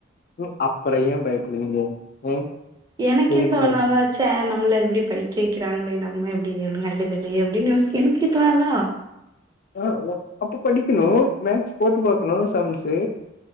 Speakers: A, on the left; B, on the right.
A: ம் அப்புற ஏன் பயப்படுவீங்க ம்
B: எனக்கேத்தவணாவத்
A: எதுக்கு பயப்ப
B: ச்ச நம்மள எப்டி படிக்க வைக்கிறாங்களே நம்ம எப்டி எழுங்க எழுதலே அப்படின்னு யோசிக்க என் எனக்கு தோணாதா
A: அ ஓ அப்ப படிக்கணும் மேக்ஸ் போட்டு பாக்கணும் சம்ஸ்ஸு